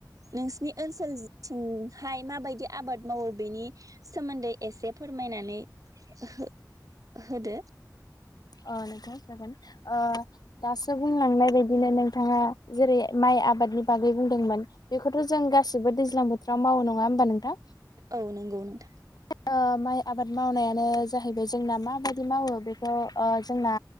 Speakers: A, on the right; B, on the left.
A: नोंसिनि ओनसोल थिं हाय माबायदि आबाद मावो बेनि सोमोन्दै एसे फोरमायनानै हो होदो।
B: अ नोंथां जागोन ओ दासो बुंलांनाय बायदिनो नोंथाङा जेरै माइ आबादनि बागै बुंदोंमोन बेखौथ' जों गासिबो दैज्लां बोथोराव मावो नङा होमबा नोंथां?
A: औ नोंगौ नोंथां
B: ओ माइ आबाद मावनायानो जाहैबाय जोंना माबायदि मावो बेखौ आ जोंना